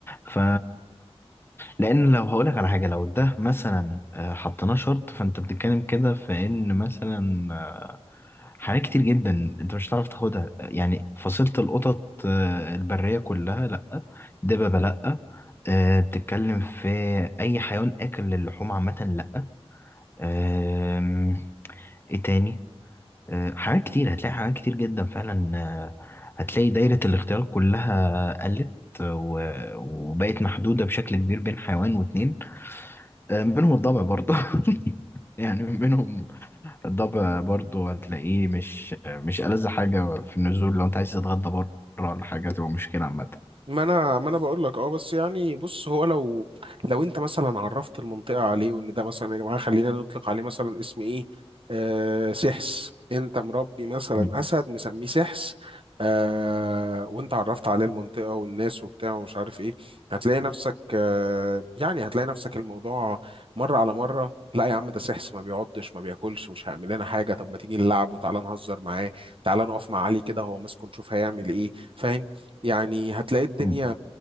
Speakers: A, on the left; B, on the right.
A: ف لان لو هقولك على حاجه لو ده مثلا آه، حطيناه شرط فانت بتتكلم كده في ان مثلا حاجات كتير جدا انت مش هتعرف تاخدها يعني فصيلة القطط آه، البرية كلها لأ دببة لأ آه، بتتكلم في أي حيوان آكل للحوم عامة لأ آم، ايه تاني آه، حاجات كتير هتلاقي حاجات كتير جدا فعلا آه، هتلاقي دايرة الاختيار كلها قلت و- وبقت محدودة بشكل كبير بين حيوان واتنين آه، منهم الضبع برضه <laughs> يعني منهم الضبع برضو هتلاقيه مش مش ألذ حاجة في النزول لو أنت عايز تتغدى بره ولا حاجة تبقى مشكلة عامة
B: ما انا ما انا بقول لك اه بس يعني بص هو لو لو انت مثلا عرفت المنطقه عليه وان ده مثلا يا جماعه خلينا نطلق عليه مثلا اسم ايه آه سحس انت مربي مثلا
A: مم.
B: اسد مسميه سحس آه وانت عرفت عليه المنطقه والناس وبتاع ومش عارف ايه هتلاقي نفسك آه يعني هتلاقي نفسك الموضوع مره على مره لا يا عم ده سحس ما بيعضش ما بياكلش مش هيعمل لنا حاجه طب ما تيجي نلعب وتعالى نهزر معاه تعالى نقف مع علي كده هو ماسكه نشوف هيعمل ايه فاهم يعني هتلاقي الدنيا
A: مم.